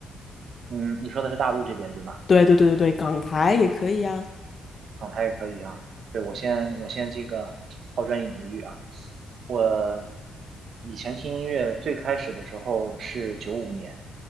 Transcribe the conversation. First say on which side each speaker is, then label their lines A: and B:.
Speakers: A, on the right; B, on the left.
A: 嗯，你说的是大陆这边对吗？
B: 对对对对对，港台也可以啊。
A: 状态也可以啊。对，我先我先这个抛砖引玉啊。我以前听音乐最开始的时候是九五年，